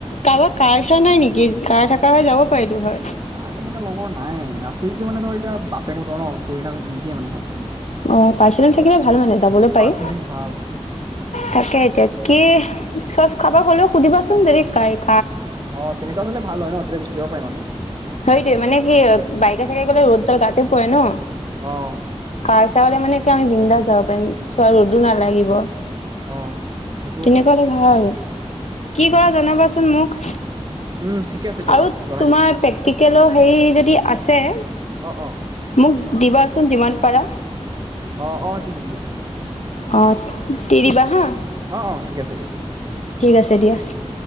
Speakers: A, on the left; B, on the right.
A: কাবা কাৰ-চাৰ নাই নেকি? কাৰ থকা হয় যাব পাৰিলো হয়।
B: কাৰ তেনেকে লগৰ নাই, আছে যদি মানে ধৰ এতিয়া বাপেকহঁতৰ ন থৰিণা নিদিয়ে মানে ঘপছে।
A: অ', পাৰ্ছনেল থাকিলে ভাল মানে যাবলৈ পাৰি।
B: পাৰ্চেল থাকিলে ভাল
A: তাকে এতিয়া কি। চচ খাব গলেও সুধিবাচোন যদি কাইক
B: অ', তেনেকুৱ হলে ভাল হয় ন তেতিয়া গুচি যাব পাৰিম আমি।
A: সেইটোোৱে মানে কি বাইকে চাইকে গলে ৰ'দডাল গাতে পৰে ন।
B: অহ।
A: হাৰ চাউলে মানে কি আমি বিন্দাছ যাব পাৰিম। চোৱা, ৰ'দো নালাগিব।
B: অ সেইটোও
A: তেনেকুৱা
B: হয়
A: হ'লে ভাল। কি কৰা জনাবাচোন মোক।
B: উম ঠিকে আছে দিয়া
A: আৰু
B: বাৰু জনাই
A: তোমাৰ
B: দিম
A: পেক্টিকেলৰ সেই যদি আছে
B: অ', অ'।
A: মোক দিবাচোন যিমান পাৰা।
B: অ', অ', দি দিম দিয়া, হ'ব।
A: অ', দি দিবা হাঁ।
B: অ', অ', ঠিক আছে দিয়া।
A: আছে দিয়া।
B: উ।